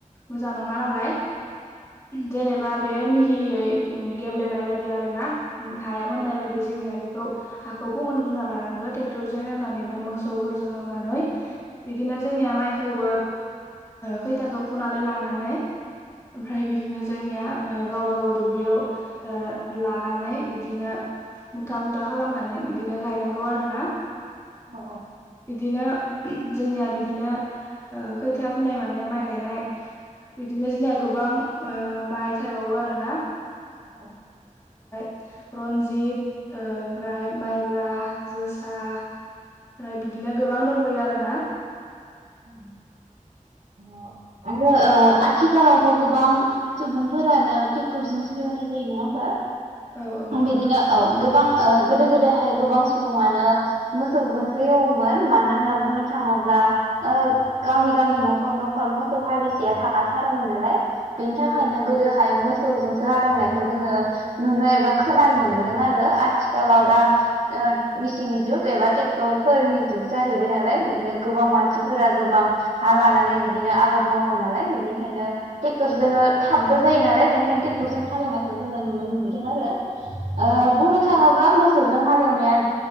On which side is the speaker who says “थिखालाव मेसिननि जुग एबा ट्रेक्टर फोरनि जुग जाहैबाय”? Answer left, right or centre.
Right